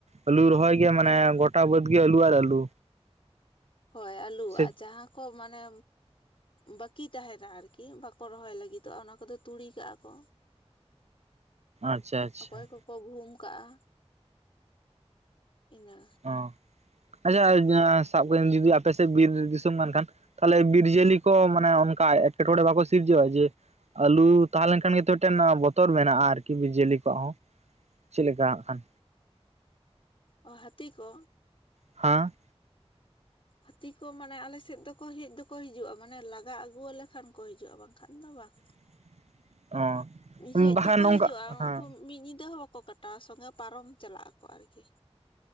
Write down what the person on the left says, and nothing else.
ᱦᱮᱸ
ᱦᱳᱭ ᱟᱹᱞᱩ
ᱟᱨ ᱡᱟᱦᱟᱸ ᱠᱚ ᱢᱟᱱᱮ ᱵᱟᱹᱠᱤ ᱛᱟᱦᱮᱱᱟ ᱟᱨᱠᱤ ᱵᱟᱠᱚ ᱨᱚᱦᱚᱭ ᱞᱟᱹᱜᱤᱫᱚᱜᱼᱟ ᱚᱱᱟ ᱠᱚᱫᱚ ᱛᱩᱲᱤ ᱠᱟᱜᱼᱟ ᱠᱚ
ᱚᱠᱚᱭ ᱠᱚᱠᱚ ᱜᱩᱦᱩᱢ ᱠᱟᱜᱼᱟ ᱤᱱᱟᱹ᱾
ᱚ ᱦᱟᱹᱛᱤ ᱠᱚ᱾
ᱦᱟᱹᱛᱤ ᱠᱚ ᱢᱟᱱᱮ ᱟᱞᱮ ᱥᱮᱫ ᱫᱚᱠᱚ ᱦᱮᱜ ᱫᱚᱠᱚ ᱦᱤᱡᱩᱜᱼᱟ ᱢᱟᱱᱮ ᱞᱟᱜᱟ ᱟᱹᱜᱩᱣᱟᱞᱮ ᱠᱷᱟᱱ ᱠᱚ ᱦᱤᱡᱩᱜᱼᱟ ᱵᱟᱝᱠᱷᱟᱱ ᱫᱚ ᱵᱟᱝ᱾
ᱦᱮᱡ
ᱫᱚᱠᱚ
ᱦᱤᱡᱩᱜ-ᱟ
ᱩᱱᱠᱩ ᱢᱤᱫ ᱧᱤᱫᱟᱹ ᱦᱚᱸ ᱵᱟᱠᱚ ᱠᱚ ᱠᱟᱴᱟᱣᱟ ᱥᱚᱸᱜᱮ ᱯᱟᱨᱚᱢ ᱪᱟᱞᱟᱜ ᱟᱠᱚ ᱟᱨᱠᱤ